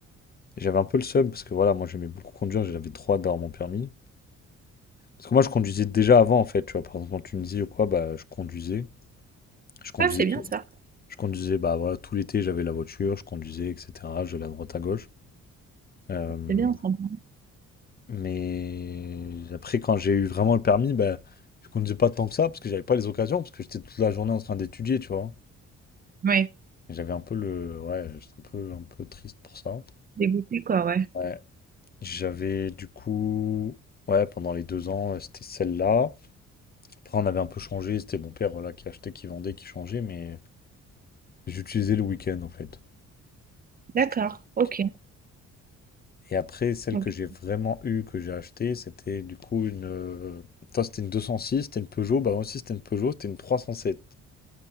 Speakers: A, on the left; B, on the right.
A: Et J'avais un peu le seum, parce que voilà, moi j'aimais beaucoup conduire, j'avais trop hâte d'avoir mon permis. Parce que moi je conduisais déjà avant en fait, tu vois, par exemple en Tunisie ou quoi, bah je conduisais. Je conduisais
B: Ah, c'est
A: tout.
B: bien ça,
A: Je conduisais, bah voilà, tout l'été j'avais la voiture, je conduisais, etc. Je vais à droite à gauche. Euh,
B: c'est bien sympa.
A: Mais après, quand j'ai eu vraiment le permis, ben, je conduisais pas tant que ça parce que j'avais pas les occasions, parce que j'étais toute la journée en train d'étudier, tu vois.
B: Ouais,
A: Et J'avais un peu le. Ouais, j'étais un peu, un peu triste pour ça.
B: dégoûté quoi, ouais.
A: Ouais. J'avais du coup. Ouais, pendant les deux ans, euh, c'était celle-là. Après, on avait un peu changé. C'était mon père voilà, qui achetait, qui vendait, qui changeait, mais j'utilisais le week-end en fait.
B: D'accord,
A: J'utilisais le week-end.
B: ok.
A: Et après, celle
B: Donc-
A: que j'ai vraiment eue, que j'ai achetée, c'était du coup une. euh, Toi, c'était une deux cent six c'était une Peugeot. Bah, moi aussi, c'était une Peugeot, c'était une trois cent sept